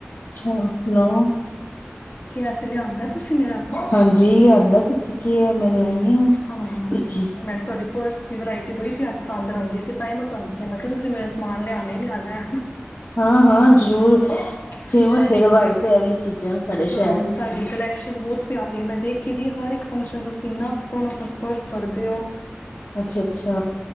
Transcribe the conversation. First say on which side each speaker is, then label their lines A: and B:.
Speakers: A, on the left (about 80°); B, on the left (about 65°).
A: ਹੋਰ ਸੁਣਾਓ
B: ਅਸੀ ਲਿਆਂਦਾ ਤੁਸੀਂ ਮੇਰਾ ਸਮਾਨ
A: ਹਾਂਜੀ ਲਿਆਂਦਾ ਤੁਸੀਂ ਕੀ ਹੈ ਮੈਂ ਲਿਆਈ ਆ
B: ਹਾਂ ਮੈਨੂੰ ਤੁਹਾਡੇ ਪਰਸ ਦੀ ਵਰਾਇਟੀ ਬੜੀਿਆ ਪਸਦ ਰਹਿੰਦੀ ਸੀ ਤਾਂ ਮੈਂ ਤੁਹਾਨੂੰ ਕਿਹਾ ਮੈਂ ਕਿਹਾ ਤੁਸੀਂ ਮੇਰਾ ਸਮਾਨ ਲਿਆ ਲਿਆਣਾ
A: ਹਾਂ ਹਾਂ ਜ਼ਰੂਰ
B: ਤੁਹਾਡੀ
A: ਫੇਮਸ ਹੈ ਰਵਾੜੀ ਤੇ ਇਹ ਵਾਲੀ ਚੀਜ਼ਾਂ ਸਾਡੇ
B: ਹਾਂ
A: ਸ਼ਹਿਰ ਵਿੱਚ
B: ਤੁਹਾਡੀ
A: ਤਾਂ
B: ਕਲੈਕਸ਼ਨ ਬਹੁਤ ਪਿਆਰੀ ਹੈ ਮੈਂ ਦੇਖੀ ਦੀ ਹਾਂ ਹਰ ਇੱਕ ਫੰਕਸ਼ਨ ਤੁਸੀਂ ਇੰਨਾ ਸੋਹਣਾ ਪਰਸ ਫੜਦੇ ਹੋ
A: ਅੱਛਾ ਅੱਛਾ